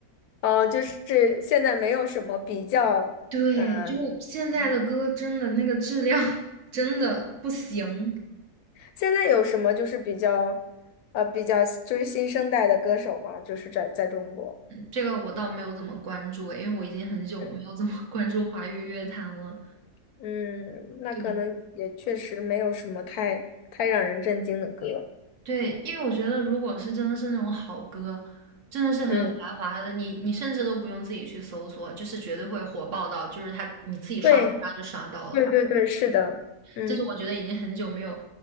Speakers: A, on the left; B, on the right.
A: 哦，就是现在没有什么比较，
B: 对，
A: 嗯、
B: 就现在的歌真的那个质量 <laughs> 真的不行，
A: 现在有什么就是比较，呃，比较就是新生代的歌手嘛，就是在在中国。
B: 这个我倒没有怎么关注诶，因为我已经很久没有怎么
A: 嗯。
B: <laughs> 关注华语乐坛了。
A: 嗯，那可能也确实没有什么太太让人震惊的歌。
B: 对，对，因为我觉得，如果是真的是那种好歌，真的是很有才华的，
A: 嗯，
B: 你你甚至都不用自己去搜索，就是绝对会火爆到，就是他你自己刷刷刷就刷到了。
A: 对，对对对，是的，嗯
B: 这是我觉得已经很久没有，